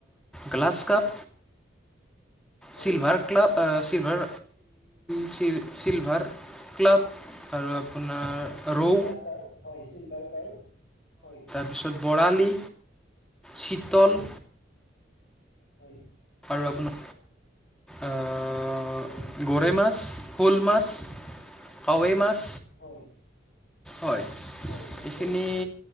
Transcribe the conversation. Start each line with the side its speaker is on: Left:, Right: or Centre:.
Centre: গ্লাছ কাপ,
Left: হয়
Centre: চিলভাৰ ক্লাপ অ', ছিলভাৰ চিল চিল চিলভাৰ ক্লাপ আৰু আপোনাৰ
Left: চিলভাৰ
Centre: ৰৌ
Left: কাৰ্প হয়, চিলভাৰ কাৰ্প, হয়।
Centre: তাৰপিছত বৰালি, চিতল।
Left: হয় হয়।
Centre: আৰু আপোন অ',
Left: হয়
Centre: গৰৈ মাছ, শ'ল মাছ। কাৱৈ
Left: হয়
Centre: মাছ,
Left: হয়
Centre: হয়,
Left: হয় নিশ্চয়
Centre: এইখিনি,
Left: নিশ্চয়